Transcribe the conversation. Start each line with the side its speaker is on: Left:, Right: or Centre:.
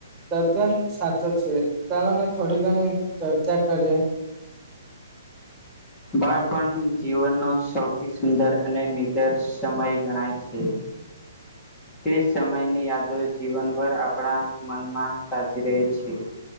Right: તદન સાચો છે તમને થોડી ઘણી ચર્ચા કરીએ.
Left: બાળપણ જીવનનો સૌથી સુંદર અને નિદર્ સમય ગણાય છે. તે સમયની યાદો જીવનભર આપણા મનમાં તાજી રહે છે.